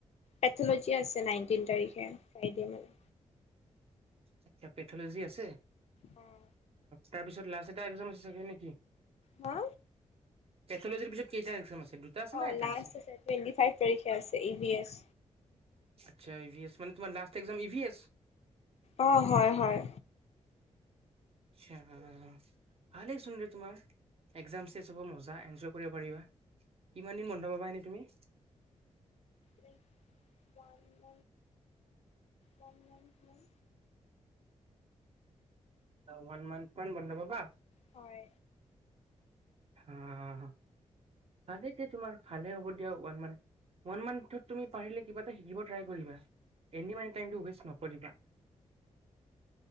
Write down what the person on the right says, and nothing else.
আটচা পেথলজি আছে।
তাৰ পিছত লাষ্ট এটা এক্জাম আছে চাগে না কি?
পেথলজিৰ পিছত কেইটা এক্জাম আছে? দুটা আছে না
আছে
আচ্ছা ই ভি এছ মানে তোমাৰ last exam E V S?
আটছা। ভালেইচোন ৰে তোমাৰ এক্জাম চেছ হব মজা। এনজয় কৰিব পাৰিবা। কিমান দিন বন্ধ পাবা এনে তুমি?
ৱান মন্ত মান বন্ধ পাবা?
অহ। ভালেই দ তোমাৰ ভালে হ'ব দিয়া ওৱান মান্থ ওৱান মান্থত তুমি পাৰিলে কিবা এটা শিকিব ট্ৰাই কৰিবা এনি মট ৱেষ্ট নকৰিবা।